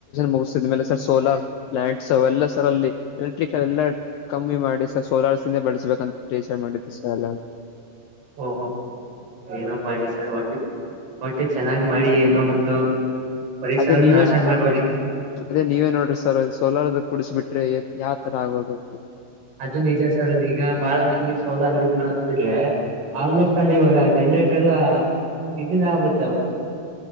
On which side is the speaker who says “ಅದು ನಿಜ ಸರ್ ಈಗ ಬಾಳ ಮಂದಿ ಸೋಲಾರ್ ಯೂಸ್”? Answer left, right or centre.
Right